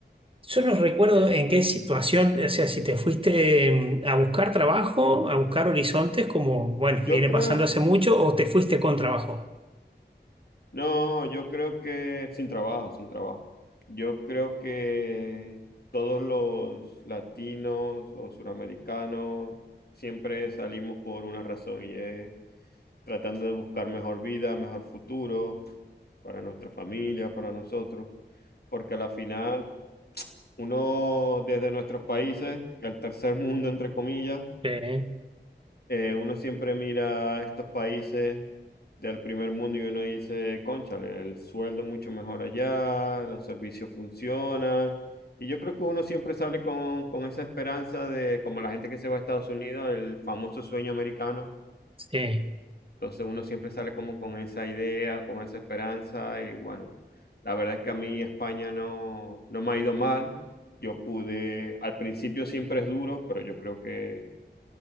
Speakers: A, on the right; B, on the left.
A: Yo no recuerdo
B: Bien.
A: en qué situación, o sea, si te fuiste mm, a buscar trabajo, a buscar horizontes, como, bueno,
B: Yo
A: viene
B: creo
A: pasando hace mucho, o te fuiste con trabajo.
B: No, yo creo que sin trabajo, sin trabajo. Yo creo que todos los latinos o suramericanos siempre salimos por una razón y es tratando de buscar mejor vida, mejor futuro para nuestra familia, para nosotros, porque a la final uno desde nuestros países, el tercer mundo entre comillas,
A: Sí,
B: eh, uno siempre mira estos países del primer mundo y uno dice, cónchale, el sueldo es mucho mejor allá, los servicios funcionan. Y yo creo que uno siempre sale con, con esa esperanza de, como la gente que se va a Estados Unidos, el famoso sueño americano.
A: sí.
B: Entonces uno siempre sale como con esa idea, con esa esperanza y bueno, la verdad es que a mí España no, no me ha ido mal. Yo pude, al principio siempre es duro, pero yo creo que,